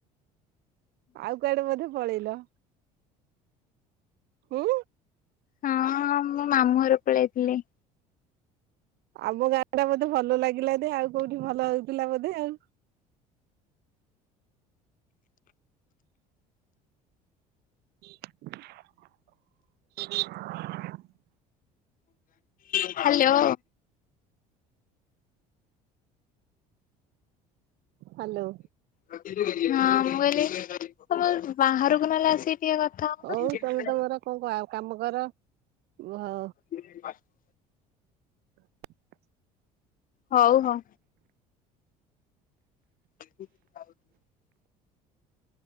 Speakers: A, on the right; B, on the left.
A: ଆଉ କୁଆଡେବୋଧେ ପଳେଇଲ। ହୁଁ।
B: ହଁ ମୁଁ ମାମୁଁଘରକୁ ପଳେଇଥିଲି।
A: ଆମ ଗାଁଆଟା ବୋଧେ ଭଲ ଲାଗିଲାନି ଆଉକୋଉଠି ଭଲ ହଉଥିଲା ବୋଧେ ଆଉ। <inaudible>
B: ହ୍ୟାଲୋ।
A: ହାଲୋ।
B: ହଁ ମୁଁ କହିଲି ତମ ବାହାରକୁ ନହେଲେ ଆସିି ଇଏ କଥା।
A: ହଉ
B: ହଉନ।
A: ତମେତମର କ କାମକର ଭ।
B: <unintelligible>
A: <unintelligible>
B: ହଉ ହ। <inaudible>